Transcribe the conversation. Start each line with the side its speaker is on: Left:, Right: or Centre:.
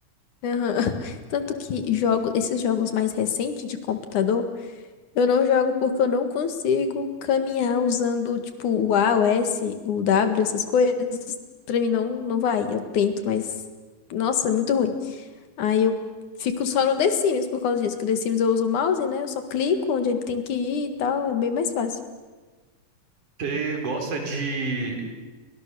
Left: Aham. <laughs> Tanto que jogo, esses jogos mais recentes de computador, eu não jogo porque eu não consigo caminhar usando, tipo, o A, o S, o W, essas coisas. Pra mim não, não vai. Eu tento, mas, nossa, é muito ruim. Aí eu fico só no The Sims por causa disso, que o The Sims eu uso o mouse, né? Eu só clico onde ele tem que ir e tal, é bem mais fácil.
Right: Você gosta de.